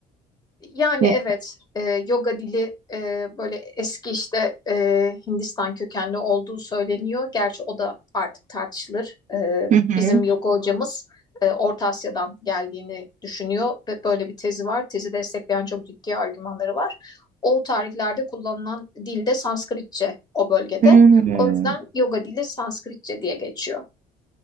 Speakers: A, on the left; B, on the right.
A: Yani
B: Ne?
A: evet, e, yoga dili e, böyle eski işte e, Hindistan kökenli olduğu söyleniyor. Gerçi o da artık tartışılır. E,
B: Hı hı.
A: bizim yoga hocamız e, Orta Asya'dan geldiğini düşünüyor ve böyle bir tezi var. Tezi destekleyen çok ciddi argümanları var. O tarihlerde kullanılan dil de Sanskritçe o bölgede.
B: Hmm.
A: O yüzden yoga dili Sanskritçe diye geçiyor.